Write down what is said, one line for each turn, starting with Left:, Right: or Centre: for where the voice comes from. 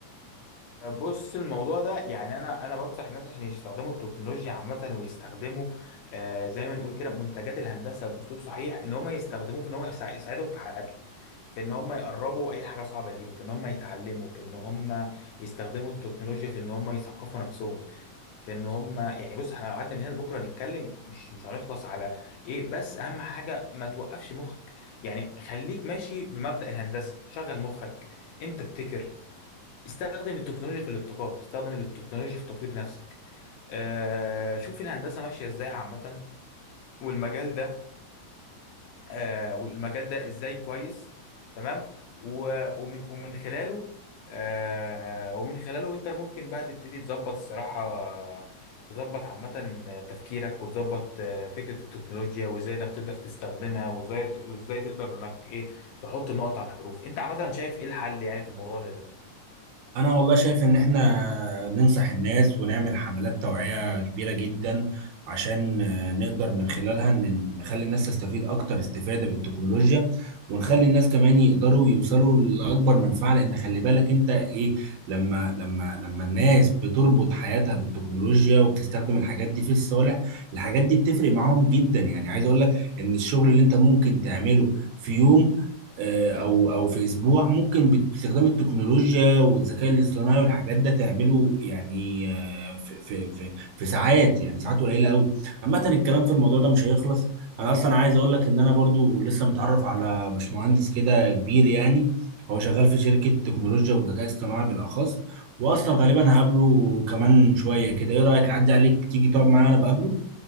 Left: بص الموضوع ده يعني انا انا بنصح الناس عشان يستخدموا التكنولوجيا عامه ويستخدموا آه زي ما نقول كده منتجات الهندسه باسلوب صحيح ان هم يستخدموه في ان هم يسا- يساعدهم في حياتهم في ان هم يقربوا اي حاجه صعبه ليهم في ان هم يتعلموا في ان هم يستخدموا التكنولوجيا في ان هم يثقفوا نفسهم في ان هم يعني بص احنا لو قعدنا من هنا لبكره نتكلم مش مش هنخلص على ايه بس اهم حاجه ما توقفش مخك يعني خليك ماشي بمبدأ الهندسه شغل مخك انت ابتكر استخدم التكنولوجيا في الابتكار استخدم التكنولوجيا في تطوير نفسك آه شوف الهندسه ماشيه ازاي عامه والمجال ده آه، والمجال ده ازاي كويس تمام و- ومن ومن خلاله آه، ومن خلاله انت ممكن بقى تبتدي تظبط الصراحة تظبط عامة تفكيرك وتظبط آه، فكرة التكنولوجيا وازاي انك تقدر تستخدمها وازاي وازاي تقدر انك ايه تحط النقط على الحروف انت عامة شايف ايه الحل يعني في الموضوع ده ده
Right: انا والله شايف ان احنا ننصح الناس ونعمل حملات توعية كبيرة جدا عشان آه، نقدر من خلالها ن- نخلي الناس تستفيد اكتر استفادة بالتكنولوجيا ونخلي الناس كمان يقدروا يوصلوا لاكبر منفعة لان خلي بالك انت ايه لما لما لما الناس بتربط حياتها بالتكنولوجيا وبتستخدم الحاجات دي في الصالح الحاجات دي بتفرق معاهم جدا يعني عايز اقول لك ان الشغل اللي انت ممكن تعمله في يوم آه، او او في اسبوع ممكن باستخدام التكنولوجيا والذكاء الاصطناعي والحاجات ده تعمله يعني آه، في في في في ساعات يعني ساعات قليله قوي عامه الكلام في الموضوع ده مش هيخلص انا اصلا عايز اقول لك ان انا برضو لسه متعرف على باشمهندس كده كبير يعني هو شغال في شركه تكنولوجيا والذكاء الاصطناعي بالاخص واصلا غالبا هقابله كمان شويه كده ايه رايك اعدي عليك تيجي تقعد معايا وانا بقابله